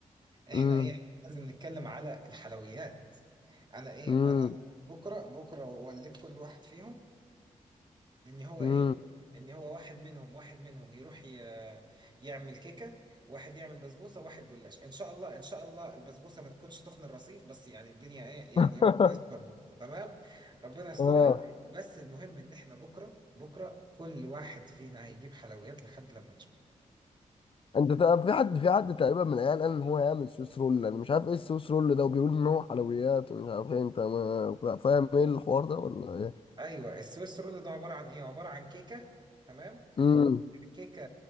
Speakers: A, on the right (about 30°); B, on the left (about 40°).
A: احنا
B: امم
A: ايه احنا لازم نتكلم على الحلويات انا ايه
B: امم
A: انا بكره بكره وليت كل واحد فيهم ان هو
B: امم
A: ايه ان هو واحد منهم واحد منهم يروح ي... يعمل كيكه واحد يعمل بسبوسه واحد جلاش ان شاء الله ان شاء الله البسبوسه ما تكونش تخن الرصيف بس يعني الدنيا ايه يعني
B: <laughs>
A: ربنا يسترها تمام ربنا يسترها
B: اه
A: بس المهم ان احنا بكره بكره كل واحد فينا هيجيب حلويات لحد لما يشبع
B: انت ت- في حد في حد تقريبا من العيال قال ان هو يعمل سويس رول انا مش عارف ايه السويس رول ده وبيقول ان هو حلويات ومش عارف ايه انت ما فاهم ايه الحوار ده ولا ايه
A: ايوه السويس رول ده عباره عن ايه عباره عن كيكه تمام
B: امم
A: كيكه